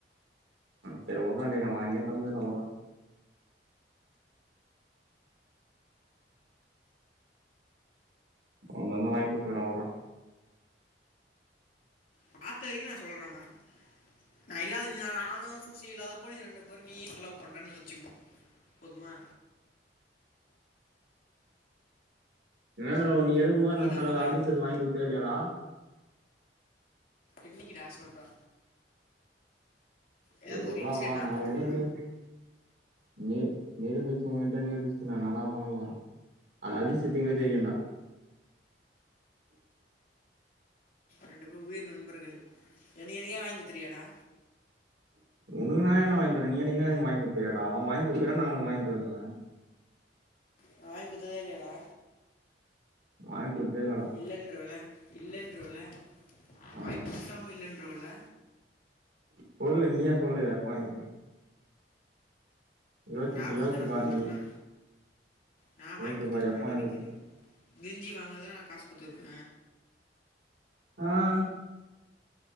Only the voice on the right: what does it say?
செரி உட்ரா டேய் நா வாங்கியே தந்ததில்ல உட்ரா அவ தான்டா வாய்ங் குடுத்துருக்கா உட்றா
என்னடா ஒ நீ இருக்கும்போது நா
செலவு
அரீஸ்து வாய்ங் குடுத்ததே இல்லையாடா
சேரி
உட்றாப்பா
நா உங்ககிட்ட
இன்னிமேல் நீ நிரூபிச்சு உன்கிட்ட நிரூபிச்சு நா என்னடா பண்ண போற அது அதிசியத்துக்குமே தெரியுடா
உனக்கு நா ஏ டா வாங்கி தரே நீ என்னிக்குன்னா எனக்கு வாய்ங் குடுத்துருக்கியாடா அவ வாய்ங் குடுக்கறா நா அவனுக்கு வாய்ங் தருவே
வாய்ங் குத்ததே இல்லடா
ஆமா
சொல்லு நீயே சொல்லு எப்ப வாய்ங் குடுத்தன் யோசிச்சு
சொ யோசிச்சு
பாரு
நீயே
யோசிச்சு
பாரு எப்ப
வாங்கி குடுத்தே
ஆ